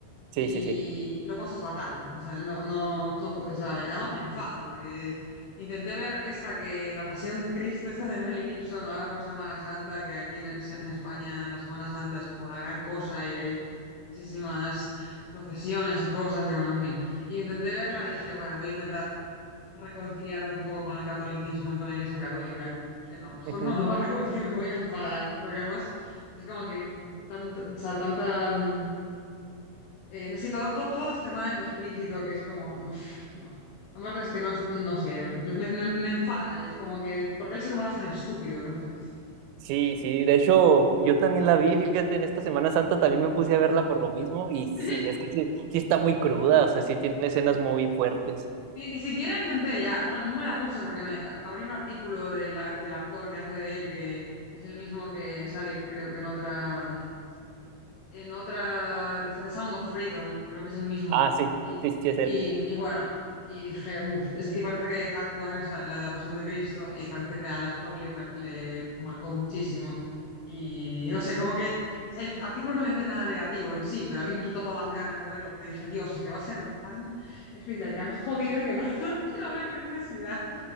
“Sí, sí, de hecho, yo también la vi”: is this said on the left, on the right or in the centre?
Right